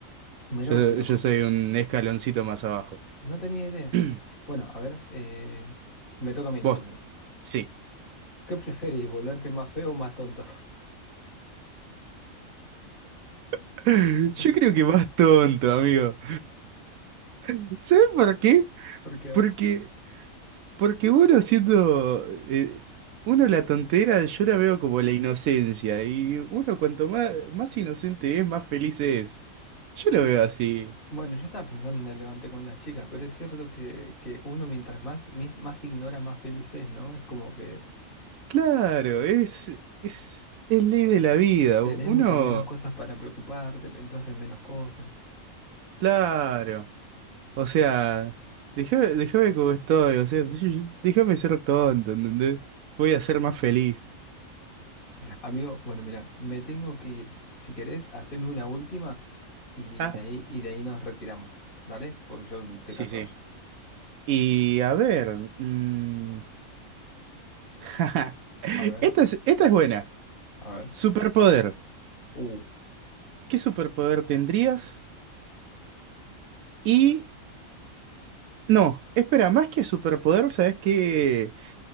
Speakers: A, on the left; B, on the right.
A: Mirá
B: Yo,
A: vos qué loco.
B: yo soy un escaloncito más abajo.
A: No tenía idea.
B: <clears throat>
A: Bueno, a ver, eh, me toca a mí entonces.
B: Vos, sí.
A: ¿Qué preferís, volverte más feo o más tonto?
B: <laughs>
A: <laughs>
B: Yo creo que vas tonto, amigo. <laughs> ¿Sabes por qué?
A: Porque, a
B: Porque,
A: ver,
B: porque bueno, siendo eh, uno la tontera, yo la veo como la inocencia. Y uno cuanto más, más inocente es, más feliz es. Yo lo
A: m-
B: veo así.
A: bueno, yo estaba pensando en el levante con las chicas, pero es cierto que, que uno mientras más, mis- más ignora, más feliz es, ¿no? Es como que
B: Claro, es, es, es ley de la vida.
A: tenés
B: Uno,
A: muchas menos cosas para preocuparte, pensás en menos cosas.
B: claro. O sea, déjame, déjame como estoy, o sea, <laughs> déjame ser tonto, ¿entendés? Voy a ser más feliz.
A: Amigo, bueno, mira, me tengo que ir. Si querés, haceme una última y
B: Ah,
A: de ahí, y de ahí nos retiramos. ¿Dale? Porque yo estoy
B: Sí,
A: cansado
B: sí.
A: ya.
B: y a ver, mm, <laughs> jaja,
A: A ver,
B: Esta es, esta es buena.
A: a ver.
B: Superpoder.
A: Uh,
B: ¿Qué superpoder tendrías? Y no, espera, más que superpoder, ¿sabes qué,